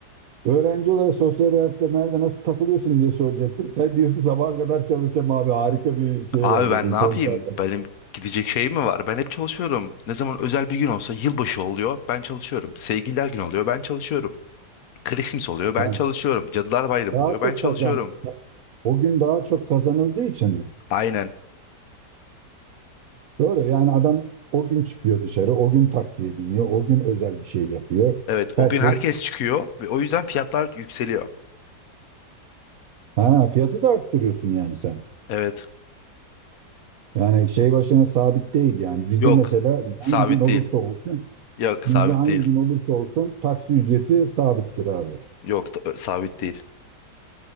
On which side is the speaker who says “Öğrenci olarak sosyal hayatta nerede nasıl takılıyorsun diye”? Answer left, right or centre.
Right